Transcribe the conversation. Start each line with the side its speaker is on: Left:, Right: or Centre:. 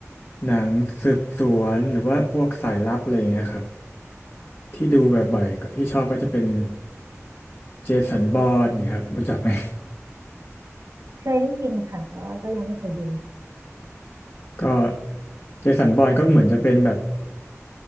Left: หนังสืบสวนหรือว่าพวกสายลับอะไรเงี้ยครับที่ดูบ่อยๆที่ชอบก็จะเป็นเจสันบอนเงี้ยครับรู้จักไหม
Right: เคยได้ยินค่ะแต่ว่าก็ยังไม่เคยดู
Left: <laughs> ก็เจสันบอนก็เหมือนจะเป็นแบบ